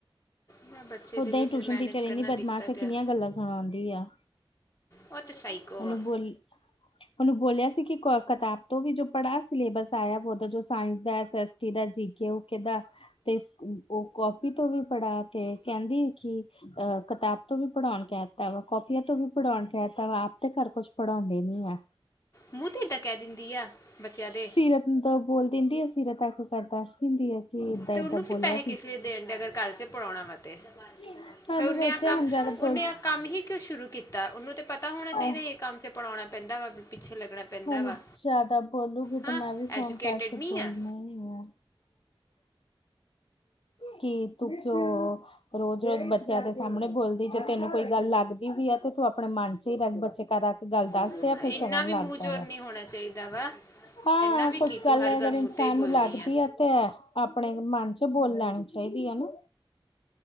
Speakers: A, on the left; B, on the left.
A: ਮੈਂ ਬੱਚੇ
B: ਓਦਾਂ
A: ਦੇ ਲਈ
B: ਹੀ
A: ਫਿਰ
B: ਟਊਸ਼ਨ
A: ਮੈਨੇਜ
B: ਟੀਚਰ ਇੰਨੀ
A: ਕਰਨਾ
B: ਬਦਮਾਸ਼
A: ਦਿੱਕਤ
B: ਹੈ ਕਿੰਨੀਆਂ
A: ਆ
B: ਗੱਲਾਂ ਸੁਣਾਉਂਦੀ ਆ।
A: ਉਹ ਤੇ ਸਾਈਕੋ
B: ਉਹਨੂੰ
A: ਆ
B: ਬੋਲ ਉਹਨੂੰ ਬੋਲਿਆ ਸੀ ਕਿ ਕਿਤਾਬ ਤੋਂ ਵੀ ਜੋ ਪੜ੍ਹਾ ਸਿਲੇਬਸ ਆਇਆ ਬ ਜੋ ਸਾਇੰਸ ਦਾਸ ਟੀ ਦਾ ਜੀ ਕੇ ਓਕੇ ਦਾ <unintelligible> ਤੇ ਉਹ ਕਾਪੀ ਤੋਂ ਵੀ ਪੜ੍ਹਾ ਤੇ ਕਹਿੰਦੀ ਅਹ ਕਿਤਾਬ ਤੋਂ ਵੀ ਪੜ੍ਹਾਉਣ ਕਹਿ ਦਿੱਤਾ ਵਾ ਕਾਪੀਆਂ ਤੋਂ ਵੀ ਪੜ੍ਹਾਉਣ ਕਹਿ ਦਿੱਤਾ ਵਾ ਆਪ ਤੇ ਘਰ ਕੁਛ ਪੜ੍ਹਾਉਂਦੇ ਨੀ ਏ
A: ਮੂੰਹ ਤੇ ਇੱਦਾਂ ਕਹਿ ਦਿੰਦੀ ਆ ਬੱਚਿਆਂ ਦੇ
B: ਸੀਰਤ ਬੋਲ ਦਿੰਦੀ ਆ ਸਿਰ ਤੱਕ ਕਰ ਦੱਸ ਦਿੰਦੀ ਹੈ <unintelligible>
A: ਤੇ
B: ਏਦਾਂ
A: ਉਨਹੂ ਫ਼ਿਰ
B: ਬੋਲਿਆ
A: ਪੈਸੇ ਕਿਸ ਲਈ ਦੇਂਡਏ ਫ਼ਿਰ ਕਰ ਚੇ ਪੜਾਉਣਾ ਵਾਂ ਤੇ।
B: ਜੀਹਾ ਹਾਂ
A: ਫਿਰ
B: ਤੂੰ
A: ਉਹਨੇ
B: ਸੋਚਿਆਂ
A: ਆ ਕੰਮ
B: ਹੁਣ ਜ਼ਿਆਦਾ
A: ਉਹਨੇ
B: ਭੁੱਲ
A: ਆ ਕੰਮ ਹੀ ਕਿਉਂ ਸ਼ੁਰੂ ਕੀਤਾ ਉਹਨੂੰ ਤੇ ਪਤਾ ਹੋਣਾ ਚਾਹੀਦਾ
B: ਆਹ।
A: ਇਹ ਕੰਮ 'ਚ ਪੜਾਉਣਾ ਪੈਂਦਾ ਵਾ ਪਿੱਛੇ ਲੱਗਣਾ ਪੈਂਦਾ
B: ਹੁਣ
A: ਵਾ
B: ਜਿਆਦਾ ਬੋਲੂਗੀ
A: ਹਾਂ
B: ਤੇ ਮੇ ਵੀ ਫੋਨ
A: ਐਜੂਕੇਟਿਡ
B: ਕੈਕੇ
A: ਨਹੀਂ
B: ਬੋਲਣਾ
A: ਆ
B: ਹੈ ਕਿ ਤੂੰ ਕਿਉਂ ਰੋਜ਼ ਰੋਜ਼ ਬੱਚ ਬੱਚਿਆ ਦੇ ਸਾਹਮਣੇ ਬੋਲਦੀ ਜੇ ਤੈਨੂੰ ਕੋਈ ਗੱਲ ਲੱਗਦੀ ਵੀ ਆ ਤੇ ਤੂੰ ਆਪਣੇ ਮਨ ਚ ਹੀ ਰਹਿ ਬੱਚੇ ਕਰ ਆ ਕੇ ਗੱਲ ਦੱਸਦੇ
A: ਹਾਂ,
B: ਆ ਫਿਰ
A: ਇੰਨਾ
B: ਚੰਗਾ ਨੀ
A: ਵੀ
B: ਲੱਗਦਾ
A: ਮੂੰਹ ਜੋੋਰ
B: ਵਾ।
A: ਨੀ ਹੋਣਾ ਚਾਹੀਦਾ ਵਾ
B: ਹਾਂ
A: ਇੰਨਾ ਵੀ
B: ਕੁੱਝ
A: ਕੀ
B: ਗੱਲ
A: ਤੂੰ ਹਰ
B: ਅਗਰ
A: ਮੂੰਹ
B: ਇਨਸਾਨ
A: ਤੇ ਹੀ ਬੋਲਣੀ
B: ਨੂੰ ਲੱਗਦੀ
A: ਆ
B: ਹੈ ਤੇ ਆਪਣੇ ਮਨ ਚ ਬੋਲ ਲੈਣੀ ਚਾਹੀਦੀ ਹੈ ਨਾ